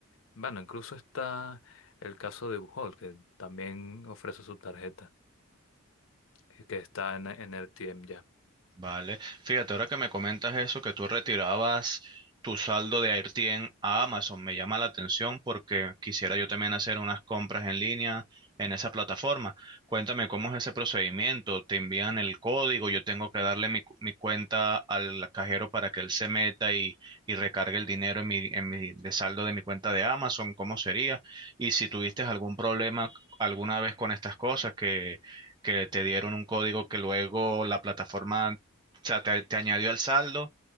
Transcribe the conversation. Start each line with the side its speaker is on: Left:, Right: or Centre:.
Left: bueno, incluso está el caso de Buchholz, que también ofrece su tarjeta, que que está en, en R T M ya.
Right: Vale, fíjate, ahora que me comentas eso, que tú retirabas tu saldo de AirTien a Amazon, me llama la atención porque quisiera yo también hacer unas compras en línea en esa plataforma. Cuéntame cómo es ese procedimiento, te envían el código, yo tengo que darle mi, cu- mi cuenta al cajero para que él se meta y, y recargue el dinero en mi, en mi, de saldo de mi cuenta de Amazon, ¿cómo sería? Y si tuviste algún problema alguna vez con estas cosas que... que te dieron un código que luego la plataforma o sea, te, te añadió al saldo